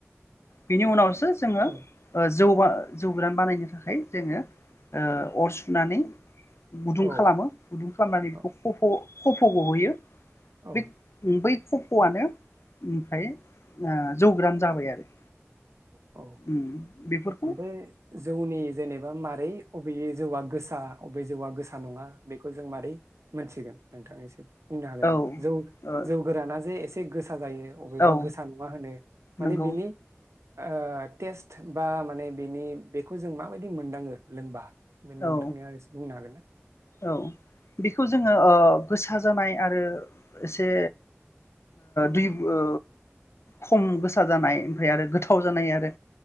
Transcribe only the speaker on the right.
औ
औ
औ
औ
औ
ओमफ्राय जौनि जेनेबा मारो अबे जौआ गोसा अबे जौआ गोसा नङा बेखौ जों मारै मोनथिगोन नोंथां एसे बुंनो हागोन
नामा?
जौ - जौ गोराना जे एसे <unintelligible> जायो बबेबा
गोसा नङा होनो माने
बिनि ओ टेस्ट ओ माने बेनि बेखौ जों माबायदि मोनदाङो लोंबा बे नोंथांनिया
एसे बुंनो हागोन ना